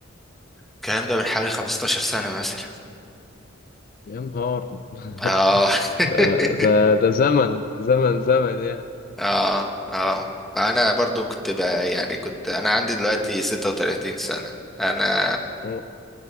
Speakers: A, in the centre; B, on the left.
A: الكلام ده من حوالي 15 سنة مثلا
B: يا نهار <laughs>
A: اه <laughs>
B: ده ده ده زمن زمن زمن يعني
A: اه اه انا برضو كنت بقى يعني كنت انا عندي دلوقتي 36 سنة انا
B: م.